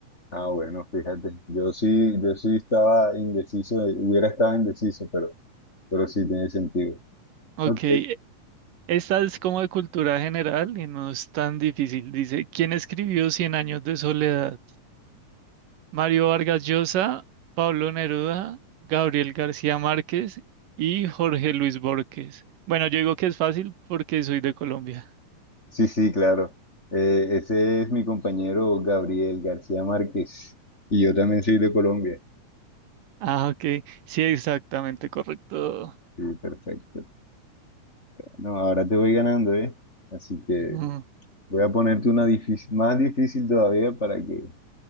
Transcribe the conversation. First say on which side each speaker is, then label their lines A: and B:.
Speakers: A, on the left; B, on the right.
A: Ah, bueno, fíjate. Yo sí, yo sí estaba indeciso, eh, hubiera estado indeciso, pero, pero sí tiene sentido.
B: Ok,
A: Ok.
B: esta es como de cultura general y no es tan difícil. Dice, ¿quién escribió Cien años de soledad? Mario Vargas Llosa, Pablo Neruda, Gabriel García Márquez y Jorge Luis Borges. Bueno, yo digo que es fácil porque soy de Colombia.
A: Sí, sí, claro. Eh, ese es mi compañero Gabriel García Márquez. Y yo también soy de Colombia.
B: Ah, ok, sí, exactamente correcto.
A: Sí, perfecto. No, ahora te voy ganando, ¿eh? Así que
B: Ujú.
A: voy a ponerte una difícil, más difícil todavía para que,